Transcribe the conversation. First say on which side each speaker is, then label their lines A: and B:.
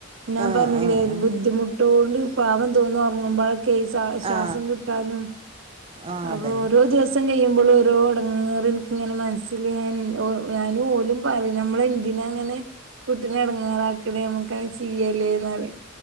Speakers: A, on the right; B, on the right.
A: ഞാൻ
B: ആ
A: പറഞ്ഞില്ലേ
B: ആ
A: ഒരു
B: ആ
A: ബുദ്ധിമുട്ട് ട്ടോണ്ട് പാവം തോന്നുറങ്ങുമ്പോഴക് ഈ സാ ശ്വാസം
B: ആ
A: കിട്ടാനും
B: ആ
A: അപ്പോ
B: അതന്നെ
A: ഓരോ ദിവസ ദിവസം കഴിയുമ്പോൾ ഓരോ ടങ്ങേറ് ൻക്കിങ്ങനെ മനസ്സിൽ ഞാൻ ഞാനും ഓലും പറയും നമ്മളെന്തിനാ ങ്ങനെ കുട്ടിനെ ടങ്ങാറാക്കണേ നമ്മുക്കങ്ങനെ ചെയ്യല്ലേന്ന് റിം